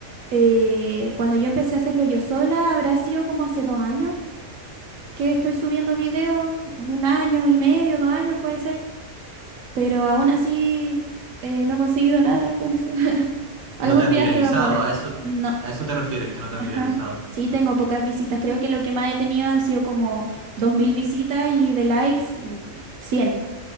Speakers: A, on the right; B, on the right.
A: eh, cuando yo empecé a hacerlo yo sola, habrá sido como hace dos años que estoy subiendo videos, un año y medio, dos años puede ser, pero aún así eh, no he conseguido nada con eso. <laughs> Algún
B: ¿No te has
A: día
B: viralizado?
A: se va a poder.
B: ¿A eso,
A: No,
B: a eso te refieres, que no te
A: ajá.
B: has viralizado?
A: Sí, tengo pocas visitas. Creo que lo que más he tenido han sido como 2.000 visitas y de likes mm, 100.